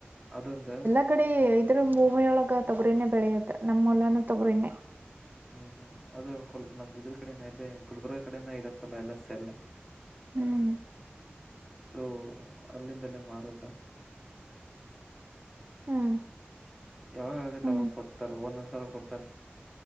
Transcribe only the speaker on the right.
ಆ ಕಡೆ ಇದ್ರ ಭೂಮಿಯೊಳಗ ತೊಗ್ರನೇ ಬೆಳೆಯದ ನಮ್ಮನೂ ತೊಗ್ರನೇ
ಹ್ಮ್
ಹ್ಮ್
ಹ್ಮ್